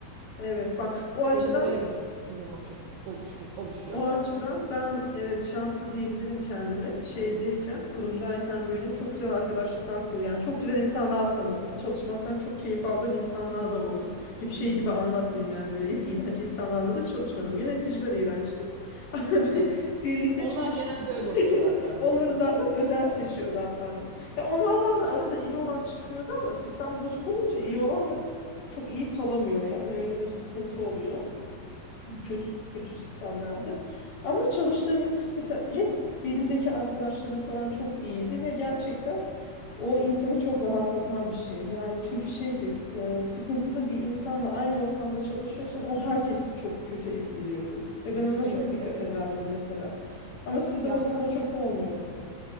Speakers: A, on the left (about 50°); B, on the right (about 85°).
A: Evet bak
B: Bizde
A: o açıdan
B: de böyle bir durum oluş- oluşmu- oluşuyordu.
A: O açıdan ben evet şanslı diyebilirim kendimi. Şeydeyken, kurumdayken böyle çok güzel arkadaşlıklar kur yani çok güzel insanlar tanıdım. Çalışmaktan çok keyif aldığım insanlar da oldu. Hep şey gibi anlatmayayım yani böyle hep iğrenç insanlarla da çalışmadım. Yöneticiler iğrençti. <laughs> Ama bir-
B: Evet.
A: Birlikte
B: Onlar
A: çalıştık.
B: genelde öyle
A: <laughs>
B: oluyor
A: Gene
B: zaten.
A: onları zaten özel seçiyorlar zannediyorum. Ya onlardan da arada iyi olan çıkıyordu ama sistem bozuk olunca iyi olan da çok iyi kalamıyor yani. Öyle de bir sıkıntı oluyor kötü kötü sistemlerde. Ama çalıştığın mesela hep bilimdeki arkadaşlarım falan çok iyiydi ve gerçekten o insanı çok rahatlatan bir şey. Yani çünkü şeydi e, sıkıntılı bir insanla aynı ortamda çalışıyorsan o herkesi çok kötü etkiliyordu. Ve ben ona
B: Evet,
A: çok dikkat
B: evet.
A: ederdim mesela. Ama sizde
B: Ya
A: o zaman o çok olmuyordu.